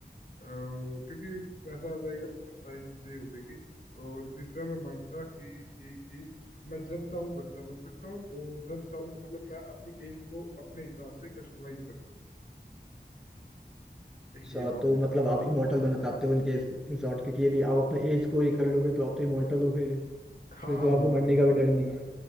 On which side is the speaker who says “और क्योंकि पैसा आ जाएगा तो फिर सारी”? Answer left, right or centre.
Left